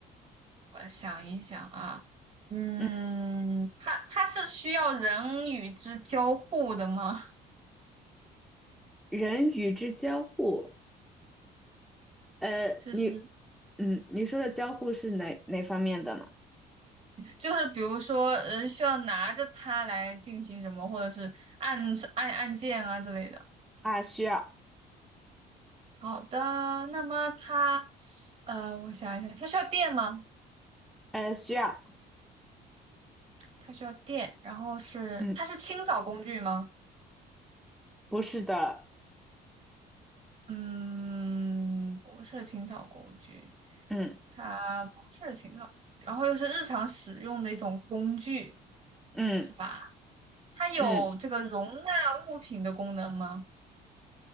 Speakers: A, on the right (about 40°); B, in the centre.
A: 我想一想啊，嗯，
B: 嗯，
A: 它它是需要人与之交互的吗？<laughs>
B: 人与之交互。呃，
A: 就是
B: 你，嗯，你说的交互是哪哪方面的呢？
A: 就是比如说，人需要拿着它来进行什么，或者是按按按键啊之类的。
B: 啊，需要，
A: 好的，那么它，呃，我想一想，它需要电吗？
B: 呃，需要，
A: 它需要电，然后是它是清扫工具吗？
B: 嗯，不是的，
A: 嗯，不是清扫工具，
B: 嗯
A: 它不是清扫，然后又是日常使用的一种工具，
B: 嗯
A: 是吧？它有这个容纳物品的功能吗？
B: 嗯，